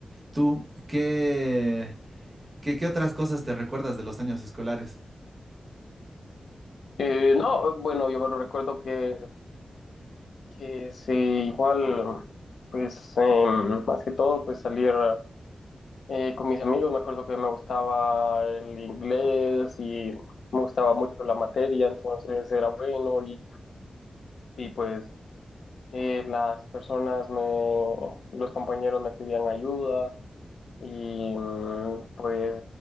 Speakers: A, on the right; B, on the left.
A: ¿Tú qué, qué, qué otras cosas te recuerdas de los años escolares?
B: Eh, no, bueno, yo me recuerdo que que sí, igual, pues em, más que todo, pues salir eh, con mis amigos. Me acuerdo que me gustaba el inglés y me gustaba mucho la materia, entonces era bueno y, y pues eh, las personas, me, los compañeros me pedían ayuda y mm, pues